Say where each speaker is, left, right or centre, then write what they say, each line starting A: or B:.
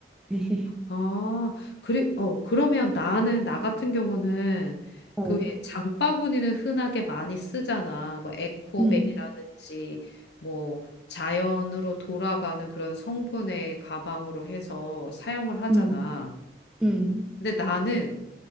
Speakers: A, in the centre; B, on the left (about 75°).
A: <laughs>
B: 아, 그리, 어, 그러면 나는, 나 같은 경우는
A: 어,
B: 그왜 장바구니는 흔하게 많이 쓰잖아. 뭐 에코백이라든지
A: 음,
B: 뭐 자연으로 돌아가는 그런 성분의 가방으로 해서 사용을 하잖아.
A: 음, 음,
B: 근데 나는